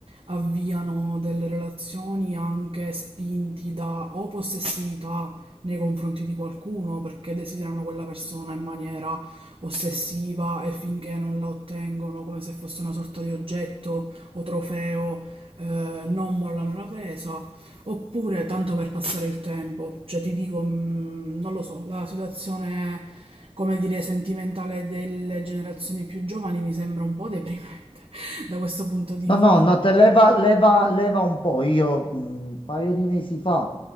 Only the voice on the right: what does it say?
avviano delle relazioni anche spinti da o possessività nei confronti di qualcuno perché desiderano quella persona in maniera ossessiva e finché non la ottengono come se fosse una sorta di oggetto o trofeo, eh, non mollano la presa, oppure tanto per passare il tempo. Cioè ti dico, mh, non lo so, la situazione, come dire, sentimentale delle generazioni più giovani mi sembra un po' deprimente <laughs> da questo punto di
vista.